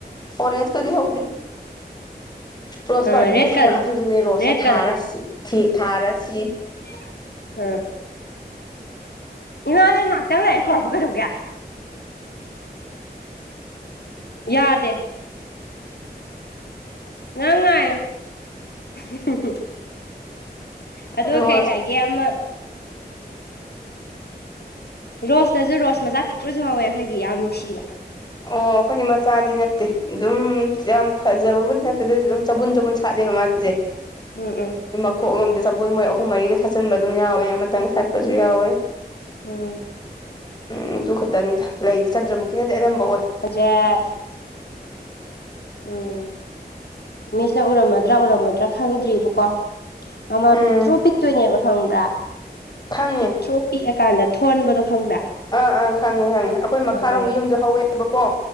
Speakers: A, on the left; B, on the left.
A: ꯑꯣꯔꯦꯟꯖ ꯀꯗꯤ ꯍꯧꯎꯗꯦ ꯔꯣꯁ
B: ꯔꯦꯠ
A: ꯄꯥꯝꯕꯤ ꯑꯃꯈꯛꯇꯪ
B: ꯀꯂꯔ
A: ꯑꯗꯨꯁꯨꯅꯦ ꯔꯣꯁꯁꯦ
B: ꯔꯦꯗ
A: ꯊꯥꯔ ꯊꯥꯔꯁꯤ
B: <unintelligible> ꯎꯝ ꯏꯃꯥꯅ ꯉꯥꯛꯇ ꯂꯩꯥꯛꯑꯦ ꯀꯧꯔꯛꯄ ꯀꯩꯗꯧꯒꯦ ꯌꯥꯗꯦ ꯉꯥꯛ ꯉꯥꯏꯌꯨ <unintelligible> ꯑꯗꯣ
A: ꯔꯣꯁ
B: ꯀꯩ ꯍꯥꯏꯒꯦ ꯑꯃ ꯔꯣꯁꯇꯁꯨ ꯔꯣꯁ ꯃꯆꯥ ꯄꯤꯛꯇ꯭ꯔꯁꯨ ꯍꯧꯋꯦ ꯑꯩꯈꯣꯏꯒꯤ ꯌꯥꯝ ꯅꯨꯡꯁꯤꯕ
A: ꯑꯣ ꯑꯩꯈꯣꯏꯅꯤ ꯃꯆꯥꯗꯤ ꯅꯠꯇꯦ ꯑꯗꯨꯝ ꯌꯥꯝ ꯐꯖꯕꯕꯨꯗꯤ ꯅꯠꯇꯦ ꯑꯗꯨꯁꯨ ꯑꯗꯨꯝ ꯆꯕꯨꯟ ꯆꯕꯨꯟ ꯁꯥꯠꯂꯦꯕ ꯃꯥ <unintelligible>
B: ꯎꯝ ꯎꯝ
A: ꯀꯣꯛꯂꯣꯝꯗ ꯆꯄꯣꯜ ꯃꯣꯏ ꯑꯍꯨꯝ ꯃꯔꯤꯒ ꯁꯥꯠꯆꯤꯟꯕ ꯑꯗꯨꯝ ꯌꯥꯎꯋꯦ ꯑꯃꯇꯪ ꯁꯥꯠꯄꯁꯨ ꯌꯥꯎꯋꯦ
B: ꯎꯝ
A: ꯎꯝ ꯑꯗꯨ ꯈꯛꯇꯅꯤꯗ ꯂꯩꯗꯤ ꯆꯟꯗ꯭ꯔꯃꯨꯀꯤꯅꯗꯤ ꯑꯅꯝꯕ ꯑꯣꯏ
B: ꯖ ꯎꯝ ꯃꯤꯁꯅ ꯎꯔꯝꯃꯗ꯭ꯔꯥ ꯎꯔꯝꯃꯣꯏꯗ꯭ꯔꯥ ꯈꯪꯗ꯭ꯔꯤꯕꯀꯣ ꯃꯃ
A: ꯎꯝ
B: ꯄꯤꯛꯇ꯭ꯔꯣ ꯄꯤꯛꯇꯣꯏꯅꯦꯕ ꯈꯪꯕ꯭ꯔꯥ
A: ꯈꯪꯉꯦ
B: ꯄꯤꯛꯇ꯭ꯔꯣ ꯄꯤꯛꯑꯀꯥꯟꯗ ꯊꯣꯟꯕꯗꯣ ꯈꯪꯕ꯭ꯔꯥ
A: ꯑꯥ ꯑꯥ ꯈꯪꯉꯦ ꯈꯪꯉꯦ ꯑꯩꯈꯣꯏ ꯃꯈꯥꯔꯣꯝꯒꯤ
B: ꯑꯥ ꯑꯥ
A: ꯌꯨꯝꯗ ꯍꯧꯋꯦꯕꯀꯣ